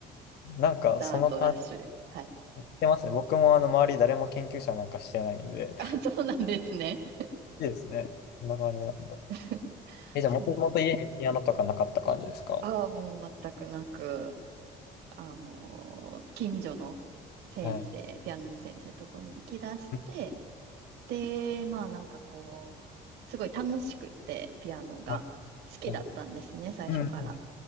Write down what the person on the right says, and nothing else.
ダートダッシュです。はい。
あ、そうなんですね。
<laughs>
そうなん
ああ、もう全くなく、あの、近所の先生、
ピアノの先生のところに行き出して、
で、まあなんかこう、すごい楽しくて、ピアノが好きだったんですね、
最初から。